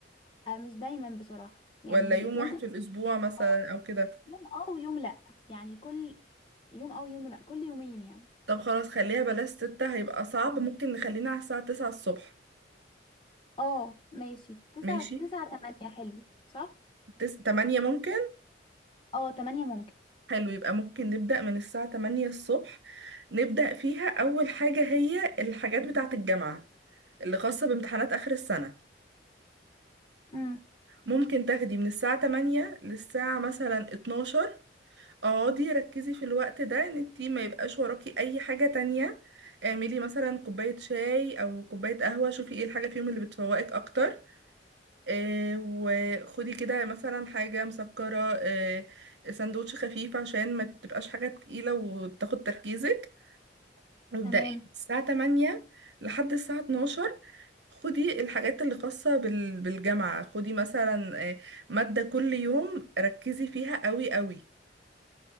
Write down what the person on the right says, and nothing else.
ولا يوم
واحد في الاسبوع مثلا
او كده
طب خلاص خليها بلاش 6 هيبقى صعب ممكن نخلينا على الساعة 9 الصبح
ماشي
تس... 8 ممكن
حلو يبقى ممكن نبدأ من الساعة 8 الصبح نبدأ فيها أول حاجة هي الحاجات بتاعة الجامعة اللي خاصة بامتحانات آخر السنة
ممكن تاخدي من الساعة 8 للساعة مثلا 12 اقعدي ركزي في الوقت ده ان انتي ما يبقاش وراكي اي حاجة تانية اعملي مثلا كوباية شاي او كوباية قهوة شوفي ايه الحاجة فيهم اللي بتفوقك اكتر آه وخدي كده مثلا حاجة مسكرة آه سندوتش خفيف عشان ما تبقاش حاجة تقيلة وتاخد تركيزك مبدئيا
من الساعة 8 لحد الساعة 12 خدي الحاجات اللي خاصة بال- بالجامعة خدي مثلا آه، مادة كل يوم ركزي فيها قوي قوي